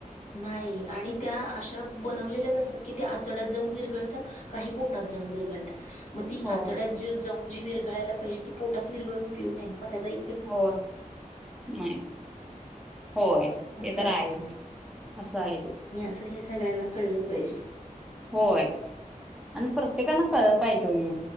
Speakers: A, on the left; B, in the centre.
A: नाही आणि त्या अशा बनवलेल्याच असतात, की त्या आतड्यात जाऊन विरघळतात. काही पोटात जाऊन विरगळतात. म ती
B: हो
A: आतड्यात जी जाऊन जी विरघळायला पाहिजे, ती पोटात विरळून उपयोग नाही ना, म त्याचा ई
B: हो, नाही, होय.
A: असं
B: ते तर आहेच
A: असत,
B: असं आहे ते
A: नि असं हे सगळ्यांना, कळलं पाहिजे.
B: होय आणि प्रत्येकांना कळलं पाहिजे ओ ये,